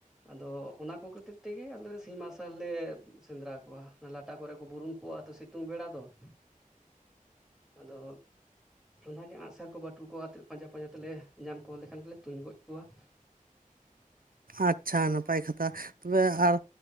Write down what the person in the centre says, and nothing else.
ᱟᱫᱚ ᱚᱱᱟ ᱠᱚ ᱠᱷᱟᱹᱛᱤᱨ ᱛᱮᱜᱮ ᱟᱞᱮ ᱥᱤᱧ ᱢᱟᱨᱥᱟᱞ ᱞᱮ ᱥᱮᱸᱫᱽᱨᱟ ᱠᱚᱣᱟ ᱞᱟ ᱴᱟ ᱠᱚᱨᱮ ᱠᱚ ᱵᱩᱨᱩᱢ ᱠᱚᱜᱼᱟ ᱛᱚ ᱥᱤᱛᱩᱝ ᱵᱮᱲᱟ ᱫᱚ ᱾ ᱟᱫᱚ ᱚᱱᱟᱜᱮ ᱟᱸᱜᱥᱟᱨ ᱠᱚ ᱴᱩ ᱠᱚᱣᱟ ᱟᱛᱮᱫ ᱯᱟᱸᱡᱟ ᱯᱟᱸᱡᱟ ᱛᱮᱞᱮ ᱧᱟᱢ ᱠᱚ ᱞᱮᱠᱷᱟᱱ ᱜᱮᱞᱮ ᱛᱩᱧ ᱜᱚᱡ ᱠᱚᱣᱟ ᱾